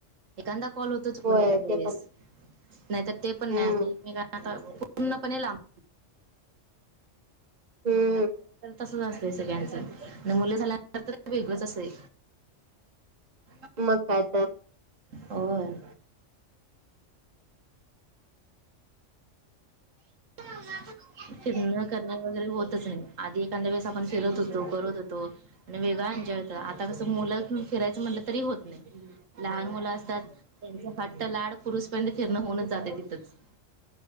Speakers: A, on the right; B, on the right.
A: एखांदा कॉल होतो चुकून
B: होय
A: एखाद्या
B: ते
A: वेळेस.
B: पण
A: नाही तर ते पण
B: हम्म
A: नाही आमी एकमेकांना आता पूर्ण पणे लांब
B: हूं
A: लग्नानंतर तसच असतंय सगळ्यांचं, न मुलं झाल्यानंतर तर वेगळंच असतंय. <unintelligible>
B: मग काय तर?
A: अं. <unintelligible> फिरण करणं वगैरे होतच नाही. आधी एखांद् वेळेस आपण फिरत होतो करत होतो. आणि वेगळा एन्जॉय होत आता कसं मुलं घेऊन फिरायचं म्हटलं तरी होत नाही लहान मुलं अस. त्यां फट्ट लाड पुरुषपर्यंत फिरण होऊन जाते तिथंच.